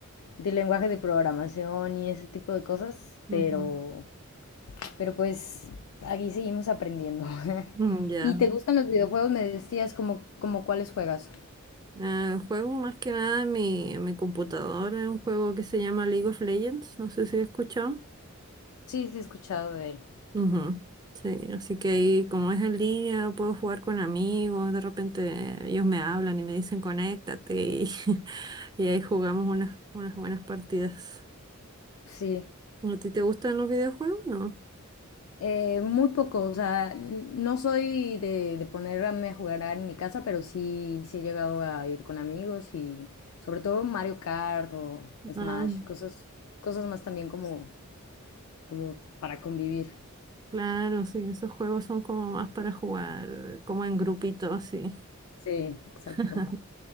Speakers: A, on the left; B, on the right.
A: de lenguaje de programación y ese tipo de cosas,
B: ujú,
A: pero, pero pues aquí seguimos aprendiendo. <laughs>
B: mm, Ya.
A: ¿Y te gustan los videojuegos? Me decías como, como cuáles juegas.
B: Eh, juego más que nada en mi, en mi computadora, un juego que se llama League of Legends, no sé si lo has escuchado.
A: Sí, sí, he escuchado de él.
B: Ujú, Sí, así que ahí como es en línea, puedo jugar con amigos, de repente ellos me hablan y me dicen conéctate y, <laughs> y ahí jugamos unas, unas buenas partidas.
A: Sí,
B: ¿A ti te gustan los videojuegos? No.
A: eh, muy poco, o sea, n- no soy de, de ponerme a jugar en mi casa, pero sí, sí he llegado a ir con amigos y sobre todo Mario Kart o Smash,
B: Ah,
A: cosas, cosas más también como, como para convivir.
B: claro, sí, esos juegos son como más para jugar, como en grupitos, sí.
A: Sí, exacto.
B: <laughs>